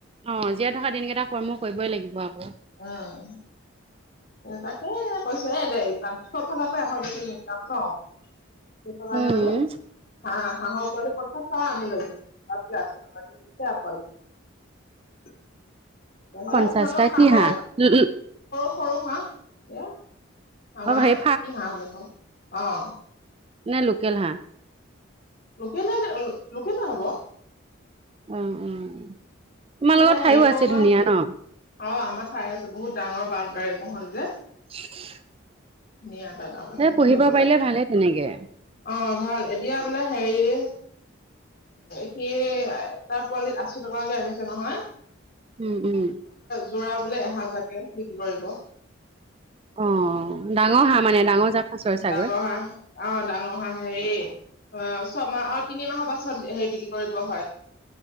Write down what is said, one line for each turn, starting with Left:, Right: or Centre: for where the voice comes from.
Right: অ' জীয়াই থকা দিনকেইটা কৰ্ম কৰিবই লাগিব আকৌ।
Left: অ'। তাকে কৈছো এ দে <unintelligible> ন। কি <unintelligible> মানে।
Right: উম
Left: হাঁহ হাঁহৰ <unintelligible>
Right: পঞ্চাশটা
Left: সিহঁতৰ কামৰ,
Right: কি হাঁহ
Left: সৰু সৰু হাঁহ এয়া আমাৰ
Right: অ হেৰি
Left: কি হাঁহ বুলে কওঁ, অ'।
Right: নাই লোকেল হাঁহ।
Left: লোকেললে অ লোকেললে হ'ব।
Right: উম- উম, তোমাৰ
Left: মানে
Right: লোকৰ ঠাইও
Left: হেৰি কৰো
Right: আছে
Left: পৰা
Right: ধুনীয়া ন।
Left: অ' আমাৰ ঠাই আছে বহুত ডাঙৰ বাউণ্ডাৰী মহল যে।
Right: <inaudible>
Left: ধুনিয়া তাত আও মানে
Right: সেই
Left: পুহিবলৈ,
Right: পুহিব পাৰিলে ভালে তেনেকে
Left: অ' ভাল। এতিয়া বোলে হেৰি এ সেই তাৰ পোৱালিত আচি টকাকে আনিছে নহয়।
Right: উম- উম।
Left: জোৰা বোলে এহাজাৰকে বিক্ৰী কৰিব।
Right: অ', ডাঙৰ হাঁহ মানে ডাঙৰ জাত সাঁচৰ চাগৈ
Left: ডাঙৰ হাঁহ অ' ডাঙৰ হাঁহ হেৰি অ' ছমাহ অ' তিনিমাহৰ পাচত হেৰি বিক্ৰী কৰিব হয়।